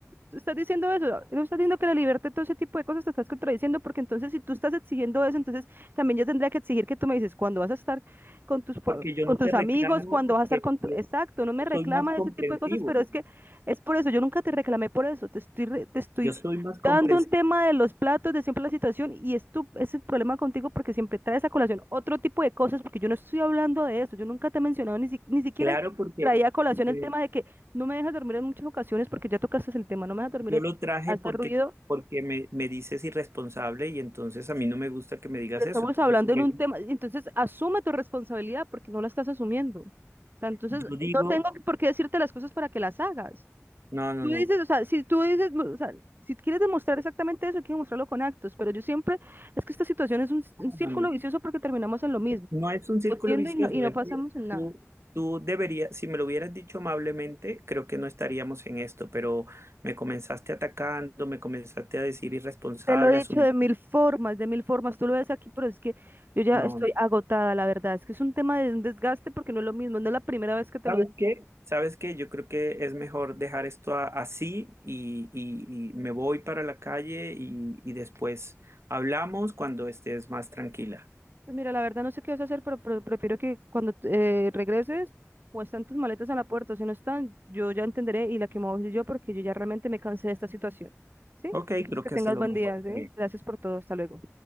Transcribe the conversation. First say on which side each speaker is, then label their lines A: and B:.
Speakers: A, on the right (about 40°); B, on the right (about 55°).
A: estás diciendo eso, no estás diciendo que la libertad, todo ese tipo de cosas te estás contradiciendo, porque entonces si tú estás exigiendo eso, entonces también yo tendría que exigir que tú me dices cuándo vas a estar con tus, pa-
B: porque yo
A: con
B: no
A: tus
B: te reclamo,
A: amigos, cuándo
B: porque
A: vas a estar con
B: yo
A: tu... Exacto, no me reclamas
B: soy más comprensivo,
A: ese tipo de cosas, pero es que es por eso, yo nunca te reclamé por eso, te estoy, re- te estoy
B: yo soy más comprensivo,
A: dando un tema de los platos, de siempre la situación, y es tu, es el problema contigo porque siempre traes a colación otro tipo de cosas, porque yo no estoy hablando de eso, yo nunca te he mencionado, ni, si- ni siquiera
B: claro, porque,
A: traía a colación
B: porque
A: el tema de que no me dejas dormir en muchas ocasiones porque ya tocaste el tema, no me dejas dormir,
B: Yo
A: en-
B: lo traje
A: hace
B: porque,
A: ruido,
B: porque me, me dices irresponsable y entonces a mí no me gusta que me digas
A: pero
B: eso.
A: estamos
B: Entonces,
A: hablando
B: por
A: en
B: eso
A: un tema, entonces asume tu responsabilidad porque no la estás asumiendo. O sea, entonces
B: yo
A: no
B: digo,
A: tengo por qué decirte las cosas para que las hagas.
B: no, no,
A: Tú
B: no,
A: dices, o sea, si tú dices, no, o sea, si quieres demostrar exactamente eso, hay que demostrarlo con actos, pero yo siempre, es que esta situación es un, c- un
B: no,
A: círculo
B: no. No
A: vicioso porque terminamos en lo mismo,
B: No es un círculo
A: discutiendo
B: vicioso,
A: y no, y no
B: es
A: pasamos
B: que
A: en nada.
B: tú, tú deberías, si me lo hubieras dicho amablemente, creo que no estaríamos en esto, pero me comenzaste atacando, me comenzaste a decir irresponsable,
A: Te lo he
B: asumir.
A: dicho de mil formas, de mil formas. Tú lo ves aquí, pero es que yo ya
B: No,
A: estoy
B: no.
A: agotada, la verdad. Es que es un tema de un desgaste porque no es lo mismo. No es la primera vez que te
B: ¿Sabes
A: lo digo.
B: qué? ¿Sabes qué? Yo creo que es mejor dejar esto a- así y, y- y me voy para la calle y, y después hablamos cuando estés más tranquila.
A: Pues mira, la verdad no sé qué vas a hacer, pero, pero prefiero que cuando eh, regreses o están tus maletas en la puerta o si no están, yo ya entenderé y la que me voy soy yo porque yo ya realmente me cansé de esta situación. ¿Sí?
B: Ok,
A: Entonces
B: creo
A: que
B: que
A: tengas
B: hace lo
A: buen
B: mejor.
A: día, ¿sí?
B: también.
A: Gracias por todo. Hasta luego.